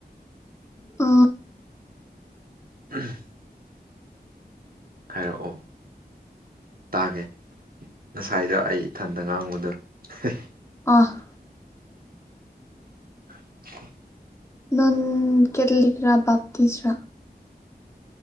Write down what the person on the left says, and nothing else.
ꯑ
ꯑꯐ
ꯅꯪ ꯀꯦꯊꯂꯤꯛ ꯔꯥ ꯕꯥꯞꯇꯤꯁ꯭ꯔ